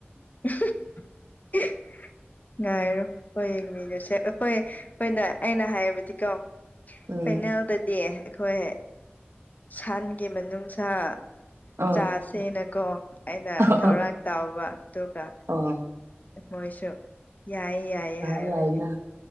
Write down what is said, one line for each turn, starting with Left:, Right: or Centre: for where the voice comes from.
Left: <unintelligible> ꯉꯥꯏꯔꯣ ꯍꯣꯏ ꯌꯦꯡꯃꯤꯟꯅꯁꯦ ꯑꯩꯈꯣꯏ ꯍꯣꯏꯅ ꯑꯩꯅ ꯍꯥꯏꯕꯗꯤ ꯀꯣ
Right: ꯎꯝ
Left: ꯐꯥꯏꯅꯦꯜꯗꯗꯤ ꯑꯩꯈꯣꯏ ꯁꯟꯒꯤ ꯃꯅꯨꯡꯁꯥ
Right: ꯑꯣ
Left: ꯆꯥꯁꯦꯅꯀꯣ ꯑꯩꯅ
Right: ꯑꯣ
Left: ꯊꯧꯔꯥꯡ ꯇꯧꯕ ꯑꯗꯨꯒ
Right: ꯑꯣ
Left: ꯃꯣꯏꯁꯨ ꯌꯥꯏꯌꯦ ꯌꯥꯏꯌꯦ
Right: ꯑꯣ
Left: ꯍꯥꯏꯕꯅꯦ
Right: ꯌꯥꯏꯅ